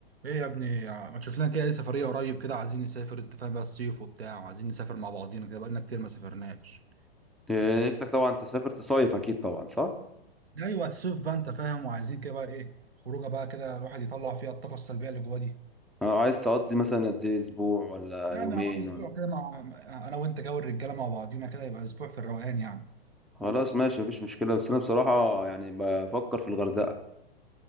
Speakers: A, on the right; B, in the centre.
A: ايه يا ابني ما تشوف لنا كده اي سفريه قريب كده عايزين نسافر انت فاهم بقى الصيف وبتاع وعايزين نسافر مع بعضينا كده بقالنا كتير ما سافرناش
B: إيه، نفسك طبعا تسافر تصيف اكيد طبعا صح
A: ايوه الصيف بقى انت فاهم وعايزين كده بقى ايه خروجه بقى كده الواحد يطلع فيها الطاقه السلبيه اللي جواه دي
B: أه، عايز تقضي مثلا قد ايه اسبوع ولا
A: يعني
B: يومين
A: اهو اسبوع
B: ولا
A: كده مع انا وانت جو الرجاله مع بعضينا كده يبقى اسبوع في الروقان يعني
B: خلاص ماشي مفيش مشكله بس انا بصراحه يعني بفكر في الغردقه